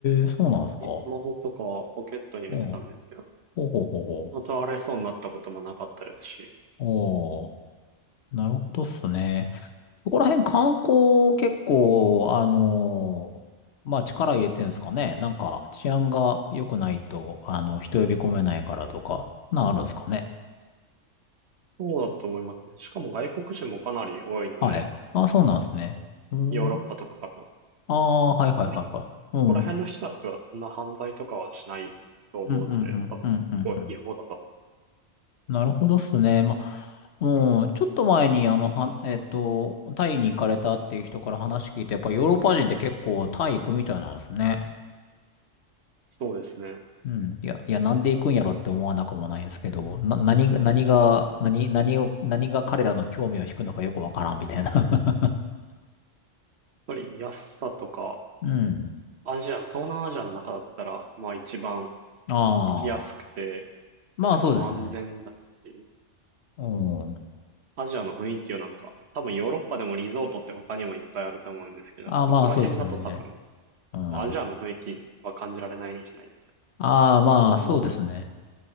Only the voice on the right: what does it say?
スマホとかはポケットに入れてたんですけど、
倒れそうになったこともなかったですし、
そうだと思いますね。しかも外国人もかなり多いので、
ヨーロッパとかから
のこ
こら辺の人たちはそんな犯罪とかはしないと思うので、
多分、すごい違法だと。
そうですね。やっ
ぱり安さとか、
アジアの、東南アジアの中だったら、まあ一番
行きやすくて、
しかも安全だし、
アジアの雰囲気をなんか、多分ヨーロッパでもリゾートって他にもいっぱいあると思うんですけど、
そこら辺だと多分、
まあ、アジアの雰囲気は感じられないんじゃないですか。
ここも